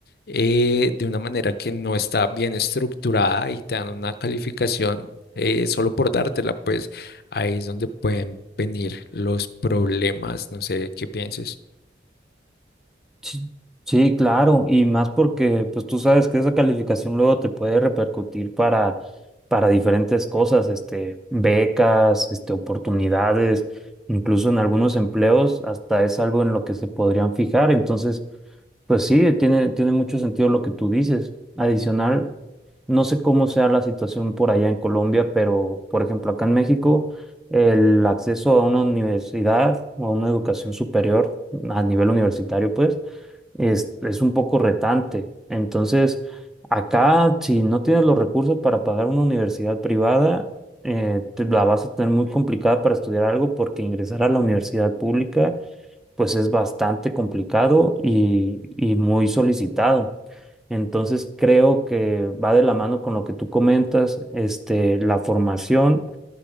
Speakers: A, on the left; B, in the centre.
A: eh, de una manera que no está bien estructurada y te dan una calificación eh, solo por dártela, pues ahí es donde pueden venir los problemas, no sé qué pienses.
B: Sí, sí, claro, y más porque pues tú sabes que esa calificación luego te puede repercutir para, para diferentes cosas, este, becas, este, oportunidades, incluso en algunos empleos hasta es algo en lo que se podrían fijar. Entonces, pues sí, tiene, tiene mucho sentido lo que tú dices. Adicional, no sé cómo sea la situación por allá en Colombia, pero por ejemplo, acá en México, el acceso a una universidad o a una educación superior a nivel universitario, pues, es, es un poco retante. Entonces, acá, si no tienes los recursos para pagar una universidad privada, eh, te la vas a tener muy complicada para estudiar algo porque ingresar a la universidad pública pues es bastante complicado y, y muy solicitado. Entonces creo que va de la mano con lo que tú comentas, este, la formación